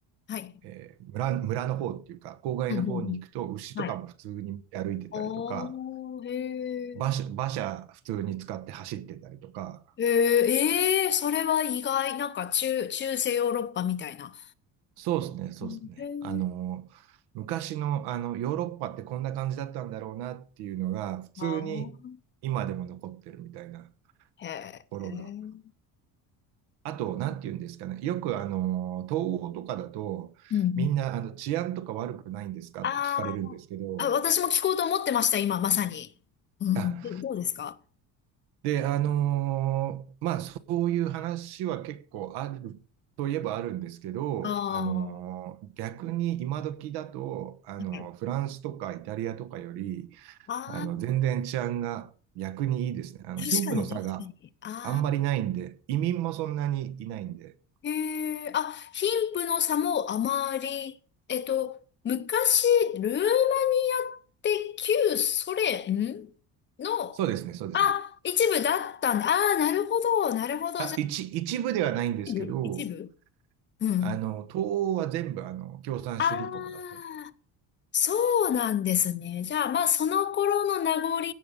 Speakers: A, on the left; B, on the right.
A: はい。
B: ーえー村、村の方っていうか、郊外の方に行くと、
A: うん、うん、うん。
B: 牛とかも普通に歩いてたりとか、
A: はい。おー、へー。
B: 馬車、馬車普通に使って走ってたりとか、
A: へええー、それは意外。なんか中、中世ヨーロッパみたいな。
B: そうですね、そうですね。
A: へえ。
B: あのー昔の、あの、ヨーロッパってこんな感じだったんだろうなっていうのが、普通に今でも残ってるみたいな
A: ああ。へえ。
B: ところが。あと、なんて言うんですかね。よく、あのー、東欧とかだと、
A: うんうん
B: みんな、あの、治安とか悪くないんですかって聞かれるんですけど、
A: あーあ、私も聞こうと思ってました、今、まさに。うんどどうですか
B: あ、で、あのーまあ、そういう話は結構あるといえばあるんですけど、
A: ああ、
B: あのー逆に今時だと、
A: は
B: あのーフランスとかイタリアとかより、
A: い。ああ、
B: あの、全然治安が逆にいいですね。あの、
A: 確かに、
B: 貧富の差が
A: 確かに。あ
B: あんまりないんで、移民もそんなにいないんで、
A: あ、へえ、あ、貧富の差もあまり、えっと、昔、ルーマニアって旧ソ連んの、
B: そうですね、そうですね。
A: あ、一部だったんで、ああ、なるほど、なるほど、
B: あ、
A: じゃあ、
B: 一、一部ではないんですけど、
A: 一部一部うん。
B: あの、東欧は全部、あの、共産主義国だったんでね
A: ああ、そうなんですね。じゃあ、まあ、その頃の名残